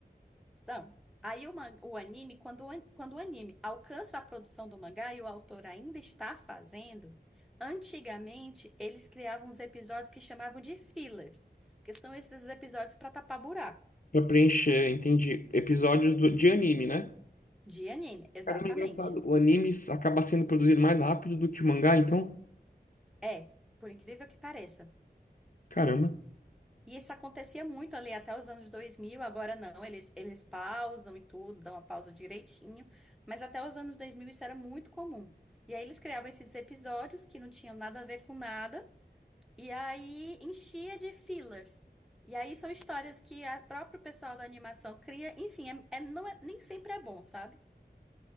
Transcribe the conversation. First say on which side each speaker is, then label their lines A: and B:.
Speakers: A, in the centre; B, on the left.
A: Então, aí o, man- o anime, quando o, an- quando o anime alcança a produção do mangá e o autor ainda está fazendo, antigamente eles criavam uns episódios que chamavam de fillers, que são esses episódios para tapar buraco
B: Pra preencher, entendi. Episódios do- de anime, né?
A: de anime, exatamente.
B: Caramba, é engraçado. O anime acaba sendo produzido mais rápido do que o mangá, então?
A: É, por incrível que pareça.
B: Caramba.
A: E isso acontecia muito ali até os anos 2000, agora não, eles, eles pausam e tudo, dão uma pausa direitinho, mas até os anos 2000 isso era muito comum. E aí eles criavam esses episódios que não tinham nada a ver com nada, e aí enchia de fillers. E aí são histórias que a próprio pessoal da animação cria, enfim, é, é- não é, nem sempre é bom, sabe?